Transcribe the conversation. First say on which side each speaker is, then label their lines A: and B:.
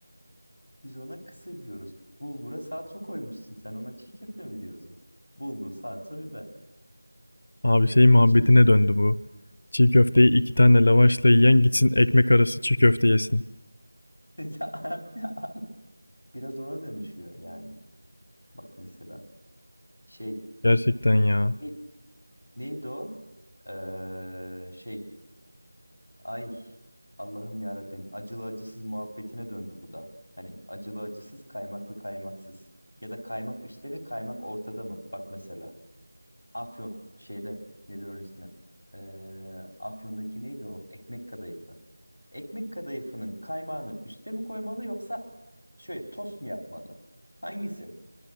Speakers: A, on the left; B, on the left.
A: Biz ona kısır diyoruz. Bulgura salça koymuşsun. Sen ona çiğ köfte mi diyorsun? Bulgur, salça, biber.
B: Abi şey muhabbetine
A: Çiğ. kö-
B: döndü bu. Çiğ köfteyi iki tane lavaşla yiyen gitsin ekmek arası çiğ köfte yesin.
A: Ha. <laughs> biraz ona dönüşüyor yani. Bak mesela şey
B: Gerçekten ya.
A: ne- neydi o? Ee, şey ay Allah'ım ya Rabbim acılı acısız muhabbetine döndü bu da. Hani acılı acısız kaymaklı kaymaksız ya da kaymak üstte mi kaymak ortada mı? Bak mesela Afyon şeyde nedir onun ismi? Ee, Afyon'daki neydi o? Ekmek kadayıfı. Ekmek kadayıfının kaymağını üste mi koymalı yoksa şöyle tost mu yapmalı? Hangisi?